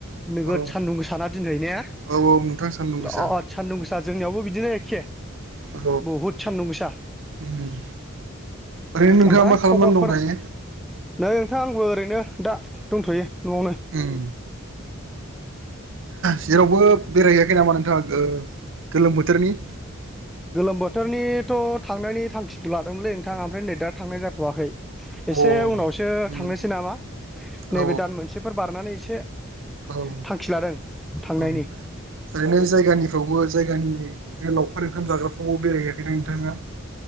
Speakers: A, in the centre; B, on the right (about 65°).
A: नोगोद
B: औ
A: सानदुं गोसाना दिनै ने
B: औ औ नोंथां सान्दुं
A: बिराद
B: गोसा
A: सान्दुं गोसा जोंनियावबो बिदिनो एखे
B: औ
A: बहुद सान्दुं गोसा।
B: उम ओरैनो नोंथाङा
A: ओमफ्राय
B: मा खालामनानै
A: खबरफोर
B: दं दायो
A: नै थां आंबो ओरैनो दा दंथ'यो न'आवनो।
B: उम जेरावबो बेरायहैयाखै नामा नोंथाङा गो-गोलोम बोथोरनि?
A: गोलोम बोथोरनिथ' थांनायनि थांखिखौ लादोंमोनलै नोंथाङा ओमफ्राय नै दा थांनाय जाथ'वाखै। एसे
B: अ उम
A: उनावसो थांनोसै नामा नैबे
B: औ
A: दान मोनसेफोर बारनानै एसे
B: औ औ
A: थांखि लादों थांनायनि
B: ओरैनो जायगानिफ्रावबो जायगानि बे लावखार ओंखाम जाग्राफ्रावबो बेरायहैयाखैना नोंथाङा?